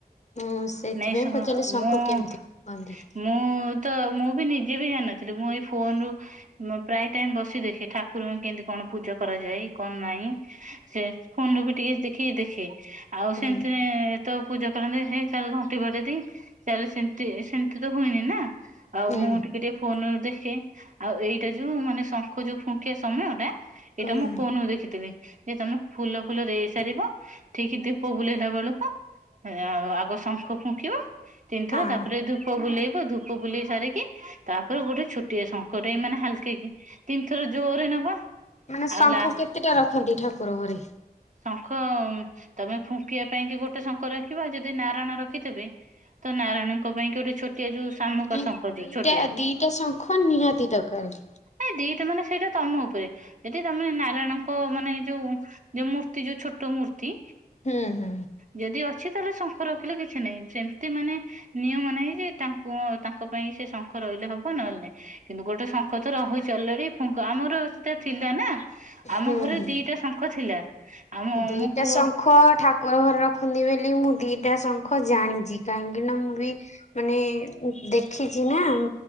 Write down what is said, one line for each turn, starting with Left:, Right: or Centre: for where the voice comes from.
Left: ଉଁସ୍ ଏଇଥିପାଇଁ
Right: ନାଇଁ
Left: ପଚାର୍ଲି ଶଙ୍ଖ
Right: ମୁଁ
Left: କେମ୍ତି ଫୁକନ୍ତି
Right: ମୁଁ ତ ମୁଁ ବି ନିଜେ ବି ଜାଣ୍ନଥିଲି ମୁଁ ଏଇ ଫୋନ୍ ରୁୁ ମୁଁ ପ୍ରାୟେ ଟାଇମ୍ ବସି ଦେଖେ ଠାକୁରଙ୍କୁ କେମ୍ତି କଣ ପୂଜା କରାଯାଏ କଣ ନାହିଁ। ସେ ଫୋନ୍ ରୁ ବି ଟିକେ ଦେଖିକି ଦେଖେ ଆଉ
Left: ହୁଁ
Right: ସେମ୍ତି ନାହିଁ ତ ପୂଜା କରନ୍ତି ହେ ଚାଲ ଘଣ୍ଟି ବାଡେଇ ଦେଇ ଚାଲ ସେମତି ସେମିତି ତ ହୁଏନି ନା? ଆଉ
Left: ହୁଁ
Right: ମୁଁ ଟିକେ ଟିକେ ଫୋନ୍ ରୁ ଦେଖେ ଆଉ ଏଇଟା ଯୋଉ ମାନେ ଶଙ୍ଖ ଯୋଉ ଫୁଙ୍କିବା ସମୟଟା ଏଇଟା
Left: ହୁଁ।
Right: ମୁଁ ଫୋନ୍ ରୁ ଦେଖିଥିଲି <unintelligible> ଫୁଲ ଫୁଲ ଦେଇ ସାରିବ ଠିକ ଦୀପ ବୁଲେଇଲା ବେଳକୁ ଏ ଆଉ ଆଗ ଶ ଶଙ୍ଖ ଫୁଙ୍କିବ ତିନିଥର
Left: ହଁ
Right: ତାପରେ ଧୂ ପ ବୁଲେଇବ, ଧୂପ ବୁଲେଇ ସାରିକି ତାପରେ ଗୋଟେ ଛୁଟିଆ ଶଙ୍ଖ ଟେ ଏ ମାନେ ହାଲକେଇକି ତିନଥର ଜୋରରେ ନବ
Left: ମାନେ ଶଙ୍ଖ
Right: ଆଉ ଲା
Left: କେତେଟା ରଖନ୍ତି ଠାକୁର ଘରେ?
Right: ଶଙ୍ଖ ଉଁ, ତୋମେ ଫୁଙ୍କିବା ପାଇଁ କି ଗୋଟେ ଶଙ୍ଖ ରଖିବ। ଆଉ ଯଦି ନା ରାୟଣ ରଖିଥେବେ ତ ନାରାୟଣଙ୍କ ପାଇଁ କି ଗୋଟେ ଛୋଟିଆ ଯୋଉ ଶାମୁକା
Left: ନେ
Right: ଶଙ୍ଖ ଯୋଉ
Left: ଦିଟା
Right: ଛୋଟିଆ
Left: ଦିଟା ଶଙ୍ଖ ନିହାତି ଦରକାର।
Right: ଏ ଦିଟା ମାନେ ସେଇଟା ତୋମ ଉପରେ ଯଦି ତୋମେ ନାରାୟଣଙ୍କ ମାନେ ଯୋଉ ଯୋଉ ମୂର୍ତ୍ତି ଯୋଉ ଛୋଟ ମୂର୍ତ୍ତି
Left: ହୁଁ ହୁଁ।
Right: ଯଦି ଅଛି ତାହେଲେ ଶଙ୍ଖ ର ଖିଲ କିଛି ନାହିଁ। ସେମତି ମାନେ ନିୟମ ନାହିଁ ଯେ ତାଙ୍କୁ ତାଙ୍କ ପାଇଁ ସେ ଶଙ୍ଖ ରହିଲେ ହବ ନହେଲେ ନାହିଁ। କିନ୍ତୁ ଗୋଟେ ଶଙ୍ଖ ତ ରହୁଚି ଅଲରେଡି ଫୁଙ୍କ ଆମର ସେଟା ଥିଲା ନା ଆମ
Left: ହୁଁ
Right: ଘରେ
Left: ହୁଁ।
Right: ଦିଟା ଶଙ୍ଖ ଥିଲା। ଆମ
Left: ଦିଟା
Right: ମୋ ପୁଅ
Left: ଶଙ୍ଖ ଠା କୁର ଘରେ ରଖନ୍ତି ବୋଲି ମୁଁ ଦିଟା ଶଙ୍ଖ ଜାଣିଚି। କାହିଁକି ନା ମୁଁ ବି ମାନେ ଦେଖିଛି ନା ଉଁ,